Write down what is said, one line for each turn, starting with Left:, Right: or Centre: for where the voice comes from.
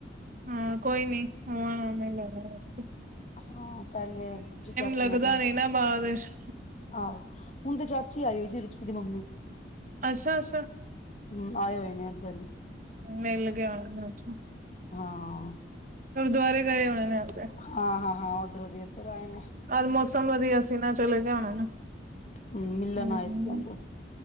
Right: ਹਾਂ, ਕੋਈ ਨੀ ਆ ਮੈਂ ਲੈ <inaudible>
Left: ਹਾਂ ਪਹਿਲੇ ਜੇ ਚਾਚੀਆਂ
Right: ਲੱਗਦਾ
Left: ਦਾ,
Right: ਨੀ ਨਾ ਬਾਅਦ ਵਿੱਚ
Left: ਆਹੋ। ਹੁਣ ਤੇ ਚਾਚੀ ਆਈ ਹੋਈ ਸੀ ਰੁਕਸੀ ਦੀ ਮੰਮੀ।
Right: ਅਛਾ ਅਛਾ।
Left: ਹਂ, ਆਏ ਹੋਏ ਨੇ ਇੱਧਰ ਨੂੰ।
Right: ਮਿਲ ਗਿਆ ਆ ਚ
Left: ਹਾਂ।
Right: ਗੁਰਦੁਆਰੇ ਗਏ ਹੋਣੇ ਨੇ ਉਹ ਤੇ।
Left: ਹਾਂ ਹਾਂ ਹਾਂ ਓਦਰੋਂ ਦੀ ਇਧਰ ਆਏ ਨੇ।
Right: ਅੱਜ ਮੌਸਮ ਵਧੀਆ ਸੀ ਨਾ ਚਲੇਗੇ ਹੋਣੇ ਨੇ।
Left: ਮਿਲਣ
Right: ਹੂੰ
Left: ਆਏ ਸੀ ਕਹਿੰਦੇ।